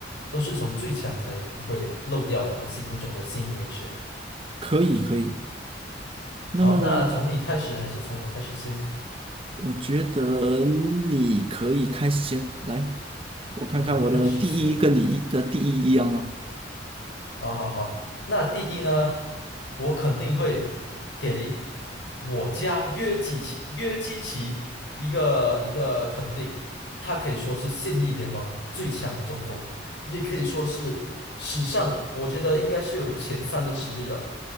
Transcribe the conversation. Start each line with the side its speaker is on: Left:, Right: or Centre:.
Left: 都是从最强才不会漏掉我们心目中的心仪人选。
Right: 可以，可以。那么，
Left: 好，那从你开始还是从我开始先呢？
Right: 我觉得你可以开始先来，我看看我的第一跟你的第一一样吗？
Left: 我开始先。好好好，那第一呢，我肯定会给我家约基奇约基奇一个一个肯定，他可以说是现役联盟最强的中锋，也可以说是史上我觉得应该是有前三的实力了。